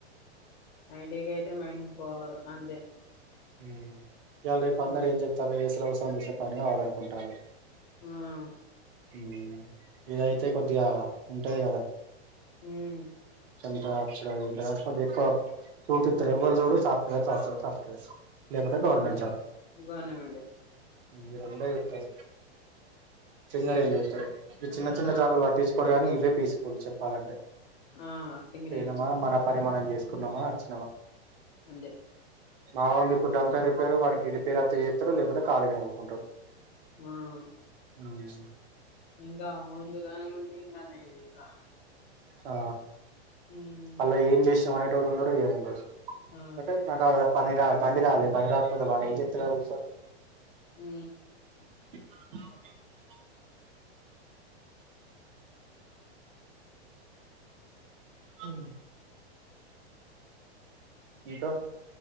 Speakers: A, on the left; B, on the right.
A: ఐ టి కైయితే మైండ్ పవర్ అంతే
B: మ్... ఇవల రేపు అందరు
A: హ్మ్.
B: ఏం చెప్తాలు ఏసీలో కూసోని చెసే పని ఆలు అనుకుంటారు
A: మ్..
B: మ్.. ఇదయితే కొద్దిగా ఉంటయి కదా
A: మ్
B: ఎంత అచ్చడా ఎంత కాడికి ఎక్కువ చూపిస్తరు ఎవ్వరు
A: హ్మ్.
B: చూడు సాఫ్ట్వేర్ సాప్ట్వేర్ సాఫ్ట్వేర్ లేపోతే గవర్నమెంట్
A: అంతే.
B: జాబ్
A: గవర్నమెంటే.
B: ఈ రెండే చూత్తారు చిన్నవి ఏం చూస్తరు ఈ చిన్న చిన్న
A: ఆ!
B: జాబులు పట్టించుకోరు గానీ ఇవే పీస్ ఫుల్ చెప్పాలంటే
A: ఆ సింగరేణి
B: పోయినమా మన మనం చేసుకున్నామా వచ్చినమా
A: ఉండె
B: బా వుంది ఇప్పుడు డంపేర్ రిపేరు వానికి రిపేర్ అత్త చేస్తాడు లేపోతే ఖాళీనె వూకుంటాడు
A: మ్..
B: మ్
A: ఇందా ముందు గానం ముంటె ఇంకానయం ఇంకా
B: ఆ
A: హ్మ్.
B: అల్ల ఏం చేసినవ్ అనేటోడు ఉండడు ఏమి ఉండడు
A: ఆ!
B: అంటే నాకు ఆడ పనిరా బండిరాల బండి రాకపోతే వాడేం చెత్తడ ఆ కూసోని
A: మ్
B: <inaudible> మ్ ఇంకా